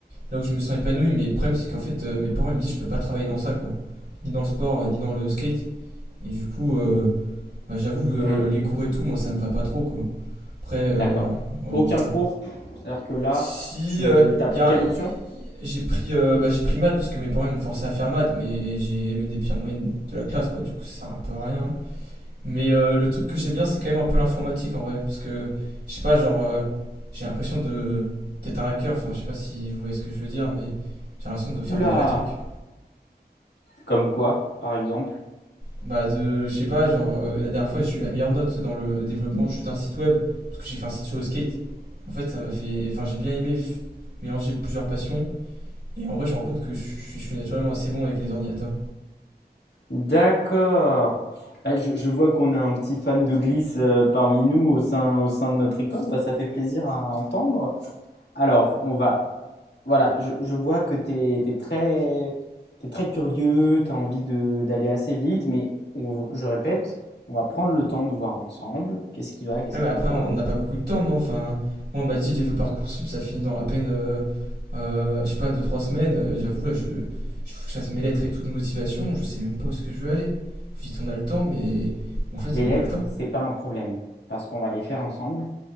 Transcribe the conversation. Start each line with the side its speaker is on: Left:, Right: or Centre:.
Right: là où je me sens épanoui. Mais le problème, c'est qu'en fait, euh, mes parents ils me disent je peux pas travailler dans ça, quoi. Ni dans le sport, euh, ni dans le skate. Et du coup, euh, bah, j'avoue, euh,
Left: Hmm,
Right: les cours et tout, moi, ça me va pas trop, quoi. Après, euh,
Left: D'accord.
Right: ouais,
Left: Aucun
Right: voilà.
Left: cours? C'est-à-dire que là,
Right: Si
Left: tu
Right: euh,
Left: as pris
Right: y a,
Left: quelle
Right: y-
Left: option?
Right: j'ai pris, euh, bah, j'ai pris maths parce que mes parents ils m'ont forcé à faire maths, mais j'ai l'une des pires moyennes de la classe, quoi. Du coup, ça sert un peu à rien. Mais euh, le truc que j'aime bien, c'est quand même un peu l'informatique en vrai. Parce que, je sais pas, genre, euh, j'ai l'impression de d'être un hacker. Enfin, je sais pas si vous voyez ce que je veux dire, mais j'ai l'impression de faire
Left: Oula!
Right: des vrais trucs.
Left: Comme quoi, par exemple?
Right: Bah, de, je sais pas, genre, euh, la dernière fois, j'ai eu la meilleure note dans le développement juste d'un site web. Parce que j'ai fait un site sur le skate. En fait, ça m'a fait. Enfin, j'ai bien aimé f- mélanger plusieurs passions. Et en vrai, je me rends compte que je je suis naturellement assez bon avec les ordinateurs.
Left: D'accord. Ah, Je, je vois qu'on a un petit fan de glisse euh, parmi nous au sein, au sein de notre école. Bah, ça fait plaisir à entendre. Alors, on va. Voilà, je, je vois que tu es, très, t'es très curieux, tu as envie de- d'aller assez vite, mais on- je répète, on va prendre le temps de voir ensemble qu'est-ce qui va, qu'est-ce
Right: Ah, mais
Left: qui
Right: après,
Left: va pas.
Right: on n'a pas beaucoup de temps, non Enfin, moi, on m'a dit, les vœux Parcoursup, ça finit dans à peine, euh, euh, je sais pas, deux trois semaines. Euh, J'avoue, là, je, je faut que je fasse mes lettres et tout de motivation. Je sais même pas où est-ce que je veux aller. Vous dites, on a le temps, mais en fait,
Left: Les
Right: on n'a
Left: lettres,
Right: pas le temps.
Left: c'est pas un problème, parce qu'on va les faire ensemble.